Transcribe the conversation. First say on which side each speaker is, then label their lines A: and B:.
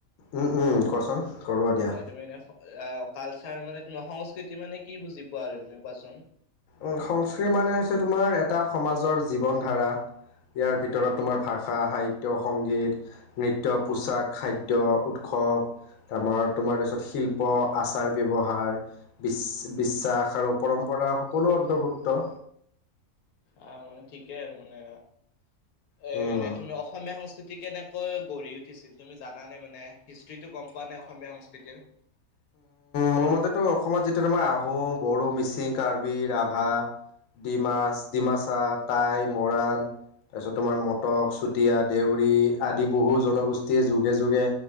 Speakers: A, on the left; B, on the left.
A: উম উম কোৱাচোন কৰোৱা দিয়া
B: মানে তুমি এনে এ কালচাৰ মানে তোমাৰ সংস্কৃতি মানে কি বুজি পোৱা আৰু তুমি কোৱাচোন
A: উম সংস্কৃতি মানে হৈছে তোমাৰ এটা সমাজৰ জীৱন ধাৰা, ইয়াৰ ভিতৰত
B: আহ
A: তোমাৰ ভাষা, সাহিত্য, সংগীত, নৃত্য, পোচাক, খাদ্য, উৎসৱ, আমাৰ তোমাৰ তাৰপিছত শিল্প, আচাৰ ব্যৱহাৰ। বিশ-বিশ্বাস আৰু পৰম্পৰা সকলো অন্তৰ্ভুক্ত।
B: আহ, মানে ঠিকেই আৰু মানে, এ
A: উম
B: এনেই তুমি অসমীয়া সংস্কৃতি কেনে কৈ গঢ়ি উঠিছিল। তুমি জানে মানে, হিষ্টিটো গম পোৱা নাই অসমীয়া সংস্কৃতিৰ?
A: মোৰ মতেটো অসমত যেতিয়া তোমাৰ আহোম, বড়ো, মিচিং, কাৰ্বি, ৰাভা ডিমাছ, ডিমাচা, টাই, মৰাণ তাৰপিছত তোমাৰ মটক, চুতীয়া, দেউৰী আদি বহু জনগোষ্ঠীয়ে যুগে, যুগে